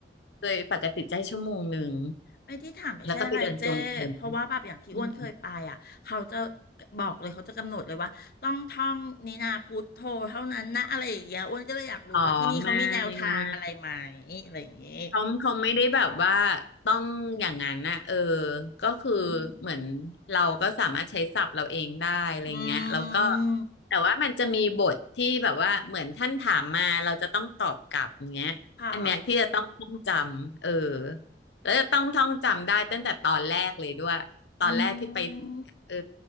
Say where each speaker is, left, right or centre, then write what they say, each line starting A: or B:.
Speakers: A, on the left; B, on the left.
A: โดยปกติใจชั่วโมงหนึ่ง
B: ไอ้ที่ถามไม่ใช่อะไรเจ้เพราะว่าแบบอย่างที่อ้วนเคยไปอ่ะเขาจะ
A: แล้วก็ไปเดินจงกรมอืม
B: บอกเลยเขาจะกำหนดเลยว่าต้องท่องนินาพุทโธเท่านั้นนะอะไรอย่างเงี้ยอ้วนก็เลยอยากรู้ว่าที่นี่เขามีแนวทางอะไรไหม
A: อ๋อไม่ไม่
B: อะไรอย่างเงี้ย
A: เขาเขาไม่ได้แบบว่าต้องอย่างนั้นนะเออก็คือเหมือนเราก็สามารถใช้ศัพท์เราเองได้อะไรเงี้ยแล้วก็
B: อืมอืม
A: แต่ว่ามันจะมีบทที่แบบว่าเหมือนท่านถามมาเราจะต้องตอบกลับเงี้ยอันเนี้ยที่จะต้องท่องจำเออ
B: ค่ะ
A: แล้วจะต้องท่องจำได้ตั้งแต่ตอนแรกเลยด้วยตอนแรกที่ไป
B: อืม
A: เออ